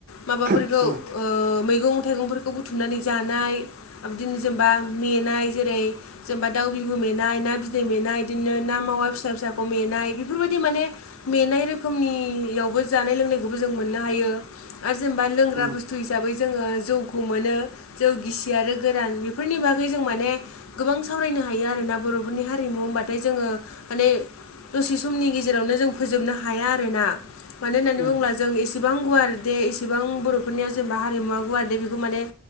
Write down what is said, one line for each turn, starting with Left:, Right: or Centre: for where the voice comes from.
Left: माबाफोरखौ
Right: उम
Left: ओ मैगं थाइगंफोरखौ बुथुमनानै जानाय बिदिनो जेनेबा मेनाय जेरै जेनेबा दाउ बिबु मेनाय ना बिदै मेनाय बिदिनो ना मावा फिसा फिसाखौ मेनाय बेफोरबायदि माने मेनाय रोखोमनियावबो जानाय लोंनायखौबो जों मोननो हायो आरो जेनेबा लोंग्रा
Right: उम
Left: बुस्थु हिसाबै जोङो जौखौ मोनो जौ गिसि आरो गोरान बेफोरनि बागै जों माने गोबां सावरायनो हायो आरोना बर'फोरनि हारिमु होनबाथाय जोङो माने दसे समनि गेजेरावनो जों फोजोबनो हाया आरो ना मानो होननानै
Right: उम
Left: बुङोब्ला जों इसेबां गुवार दे एसेबां बर'फोरनिया जेनेबा हारिमुवा गुवार दे बेखौ माने